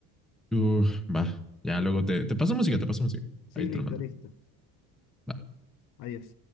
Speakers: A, in the centre; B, on the left.
A: Uf, va, ya luego te, te paso música, te paso música.
B: Sí,
A: Ahí
B: listo,
A: te lo mando.
B: listo.
A: Va.
B: Adiós.